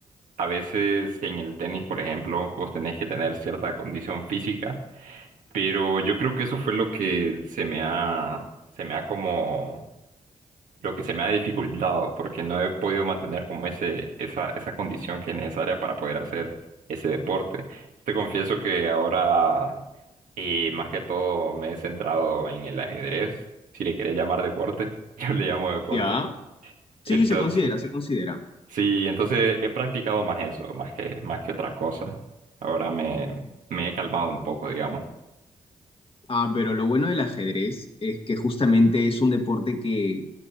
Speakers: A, on the right; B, on the left.
A: a veces en el tenis, por ejemplo, vos tenés que tener cierta condición física, pero yo creo que eso fue lo que se me ha, se me ha como lo que se me ha dificultado porque no he podido mantener como ese, esa, esa condición que es necesaria para poder hacer ese deporte. Te confieso que ahora eh, más que todo me he centrado en el ajedrez, si le querés llamar deporte, <laughs> yo le llamo deporte.
B: ¿Ya? Sí,
A: Entonces,
B: se considera, se considera.
A: sí, entonces he practicado más eso, más que, más que otras cosas. Ahora me, me he calmado un poco, digamos.
B: Ah, pero lo bueno del ajedrez es que justamente es un deporte que